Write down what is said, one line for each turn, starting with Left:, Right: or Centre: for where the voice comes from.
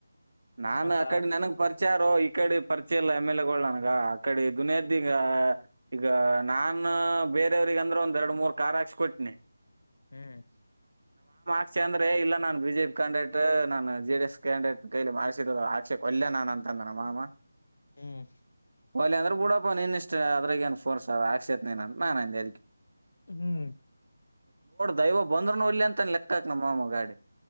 Right: ನಾನು
Left: ಮತ್ತ
Right: ಆ ಕಡೆ ನನಗ್ ಪರಿಚಯಾರೋ ಈ ಕಡೆ ಪರಿಚಯ ಇಲ್ಲ ಎಂಎಲ್ಎಗಳು ಆಗ ಆ ಕಡೆ ದುನಿಯದಿ ಈಗ ಈಗ ನಾನು ಬೇರೆಯವ್ರಗ ಅಂದ್ರೆ ಒಂದ್ ಎರಡು ಮೂರ್ ಕಾರ್ ಹಾಕ್ಸ್ ಕೊಟ್ನಿ
Left: ಹ್ಮ್
Right: ಶಿಕ್ಷೆ ಅಂದ್ರೆ ಇಲ್ಲ ನಾನ್ ಬಿಜೆಪಿ ಕ್ಯಾಂಡಿಡೇಟ್ ನಾನು ಜೆಡಿ ಎಸ್ ಕ್ಯಾಂಡಿಡೇಟ್ ಕೈಲಿ ಮಾಡಿಸಿದ ಆಕ್ಷೆ ಕೊಲ್ಯ ನಾನನ್ ಅಂತ ಅಂದ ನಮ್ಮ ಮಾಮ
Left: ಹ್ಮ್
Right: ವಲ್ಯ ಅಂದ್ರೆ ಬಿಡಪ್ಪ ನೀನ್ ಇಷ್ಟ ಅದ್ರಾಗ ಏನ ಫೋರ್ಸ್ ಆದ ಅಕ್ಷ್ಯಾಕ್ ನೀನ್ ಅ ನಾನಂದೆ
Left: ಹ್ಮ್
Right: ದೈವ ಬಂದ್ರುನು ವಲ್ಯ ಅಂತನ ಲೆಕ್ಕಾಕ ನಮ್ಮಮ್ಮ ಗಾಡಿ